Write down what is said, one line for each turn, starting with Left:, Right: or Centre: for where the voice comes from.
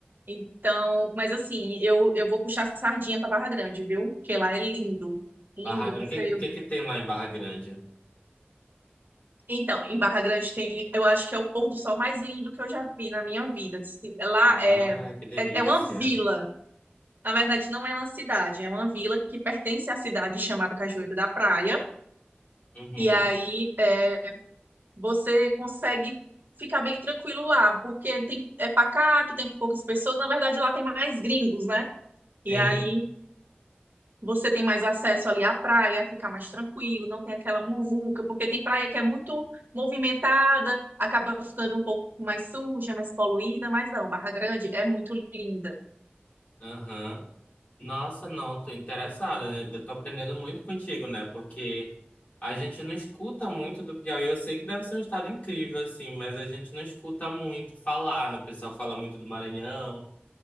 Right: Então, mas assim, eu, eu vou puxar sardinha para Barra Grande, viu? Porque lá é lindo, lindo.
Left: Barra Grande,
Right: Você
Left: o que, o que que tem lá em Barra Grande?
Right: Então, em Barra Grande tem, eu acho que é o pôr do sol mais lindo que eu já vi na minha vida. Assim, Lá
Left: Ah,
Right: é,
Left: que delícia.
Right: é, é uma vila. Na verdade, não é uma cidade, é uma vila que pertence à cidade chamada Cajueiro da Praia.
Left: Uhum,
Right: E aí é, você consegue ficar bem tranquilo lá, porque tem, é pacato, tem poucas pessoas. Na verdade, lá tem mais gringos, né? E
Left: sim,
Right: aí Você tem mais acesso ali à praia, fica mais tranquilo, não tem aquela muvuca, porque tem praia que é muito movimentada, acaba ficando um pouco mais suja, mais poluída, mas não, Barra Grande é muito linda.
Left: aham. Nossa, não, tô interessada, né? Eu tô aprendendo muito contigo, né? Porque a gente não escuta muito do Piauí. Eu sei que deve ser um estado incrível, assim, mas a gente não escuta muito falar, né? O pessoal fala muito do Maranhão.